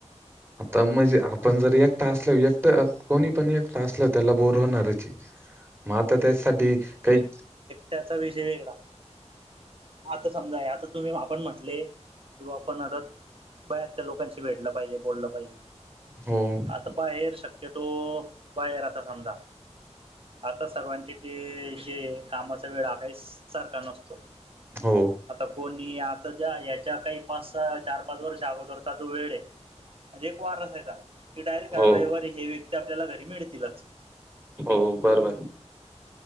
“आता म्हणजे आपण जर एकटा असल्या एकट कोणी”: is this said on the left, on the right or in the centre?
Right